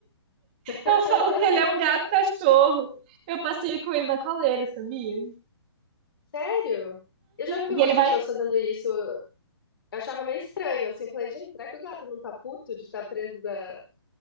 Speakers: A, on the left; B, on the right.
A: <laughs>
B: Eu falo que ele é um gato cachorro. Eu passeio com ele na coleira, sabia?
A: Sério? Eu já vi
B: E
A: umas
B: ele
A: pessoas
B: vai.
A: fazendo isso. Eu achava meio estranho, assim. Falei, gente, será que o gato não tá puto de estar preso da...